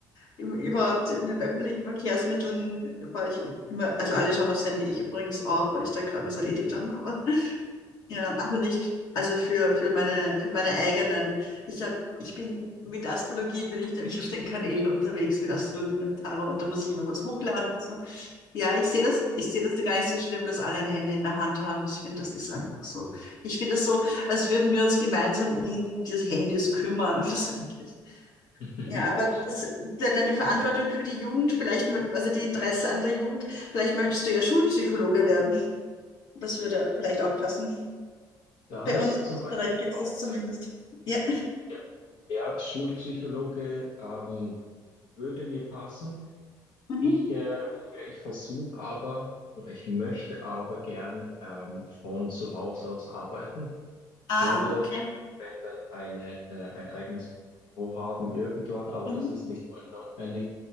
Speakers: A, on the left (about 55°); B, on the left (about 75°).
A: Im- Überhaupt in den öffentlichen Verkehrsmitteln war ich immer, also alle schauen aufs Handy, ich übrigens auch, weil ich da gerade was erledigt habe. Aber <laughs> ja, also nicht, also für, für meine, für meine eigenen. Ich habe, ich bin mit Astrologie bin ich nämlich auf den Kanälen unterwegs mit Astrologie und Tarot und da muss ich immer was hochladen. Ja, ich sehe das, ich sehe das gar nicht so schlimm, dass alle ein Handy in der Hand haben. Ich finde, das ist einfach so. Ich finde das so, als würden wir uns gemeinsam um die Handys kümmern oder so ähnlich.
B: <laughs>
A: Ja, aber das, de- deine Verantwortung für die Jugend, vielleicht, mö- also die Interesse an der Jugend, vielleicht möchtest du ja Schulpsychologe werden. Das würde vielleicht auch passen.
B: da hast
A: Bei uns
B: du
A: in
B: zum
A: Österreich
B: Beispiel
A: gibt
B: auch
A: es das
B: Sinn.
A: zumindest. Ja.
B: Ja, ja, Schulpsychologe ähm, würde mir passen.
A: Mhm.
B: Ich, äh, Julia, ich versuche aber oder ich möchte aber gern ähm, von zu Hause aus arbeiten.
A: Ah,
B: Oder
A: okay.
B: wenn dann eine, äh, ein eigenes Büro haben irgendwann, aber
A: Mhm.
B: das ist nicht mal notwendig,